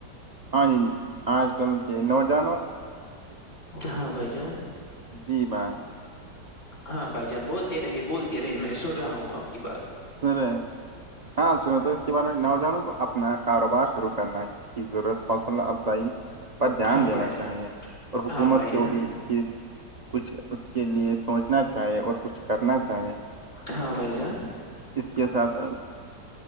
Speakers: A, on the right; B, on the left.
A: ہاں جی آج کل کے نوجوانوں
B: ہاں بھائی جان
A: جی بائے
B: ہاں بھائی جان بولتے رہے بولتے رہے میں سن رہا ہوں آپ کی بات
A: سن رہے ہو ہاں سنو تو اس کے بارے میں نوجوانوں کو اپنا کاروبار شروع کرنا کی ضرورت حوصلہ افزائی پر دھیان
B: ہاں
A: دینا
B: بھائی جان
A: چاہیے اور حکومت
B: ہاں بھائی جان
A: کو بھی اس کی کچھ اس کے لیے سوچنا چاہیں اور کچھ کرنا چاہے
B: ہاں بھائی جان
A: اس کے ساتھ